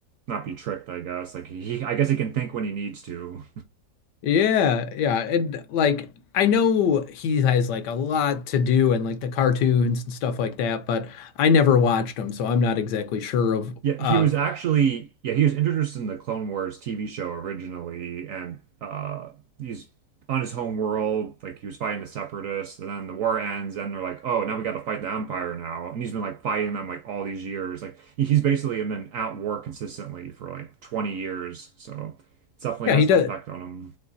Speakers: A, on the right (about 70°); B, on the left (about 75°).
A: not be tricked. I guess like he, I guess he can think when he needs to.
B: yeah, yeah. And like, I know he has like a lot to do and like the cartoons and stuff like that, but I never watched him, so I'm not exactly sure of
A: Yeah,
B: of
A: he was actually yeah, he was introduced in the Clone Wars TV show originally, and uh he's on his home world, like he was fighting the Separatists, and then the war ends, and they're like, oh, now we got to fight the Empire now, and he's been like fighting them like all these years, like he- he's basically been at war consistently for like 20 years, so it definitely
B: yeah,
A: has
B: he does.
A: an effect on him.